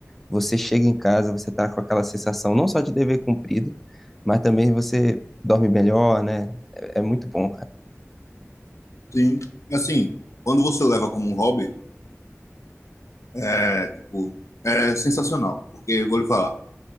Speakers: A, in the centre; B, on the left (about 70°).
A: você chega em casa, você tá com aquela sensação não só de dever cumprido, mas também você dorme melhor, né? É, é muito bom, cara.
B: Sim. Assim, quando você leva como um hobby, é, tipo, é sensacional. Porque, eu vou lhe falar,